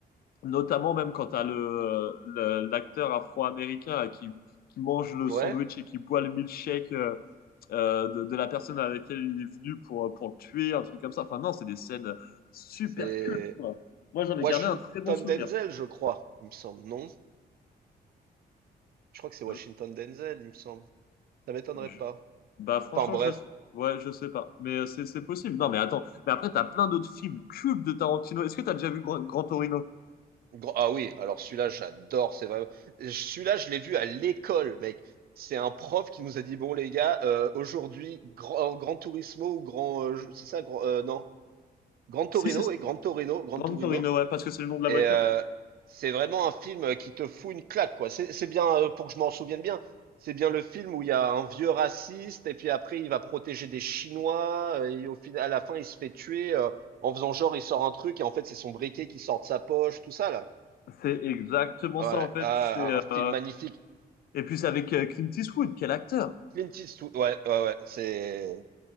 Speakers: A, on the left; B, on the right.
A: Notamment même quand t'as le, euh, le- l'acteur afro-américain là, qui, qui mange le
B: Ouais,
A: sandwich et qui boit le milkshake euh, euh, de, de la personne à laquelle il est venu pour, pour le tuer, un truc comme ça. Enfin non, c'est des scènes super
B: c'est
A: cultes, quoi. Moi, j'en
B: Washington
A: ai gardé un très bon souvenir.
B: Denzel, je crois, il me semble. Non? Je crois que c'est Washington
A: Je-
B: Denzel, il me semble. Ça m'étonnerait
A: je-
B: pas.
A: bah franchement,
B: Enfin bref.
A: je, ouais, je sais pas. Mais euh, c'est c'est possible. Non, mais attends. Mais après, t'as plein d'autres films cultes de Tarantino. Est-ce que t'as déjà vu Grand, Grand Torino?
B: Gro- Ah oui, alors celui-là, j'adore, c'est vrai. Celui-là, je l'ai vu à l'école, mec. C'est un prof qui nous a dit, bon les gars, euh, aujourd'hui, grand, Grand Turismo ou grand, euh, je- c'est ça, grand, euh, non? Gran Torino,
A: Si, c'est ça.
B: oui, Gran Torino, Gran
A: Grand
B: Torino.
A: Torino, ouais, parce que c'est le nom de la
B: Et
A: voiture.
B: euh, c'est vraiment un film qui te fout une claque, quoi. C'est c'est bien, euh, pour que je m'en souvienne bien, c'est bien le film où il y a un vieux raciste et puis après il va protéger des Chinois euh, et au final, à la fin, il se fait tuer euh, en faisant genre il sort un truc et en fait c'est son briquet qui sort de sa poche, tout ça là.
A: C'est exactement
B: Ouais,
A: ça, en fait.
B: ah,
A: C'est... euh,
B: un film magnifique.
A: Et puis c'est avec euh, Clint Eastwood, quel acteur,
B: Clint Eastwood, ouais, ouais, ouais, c'est.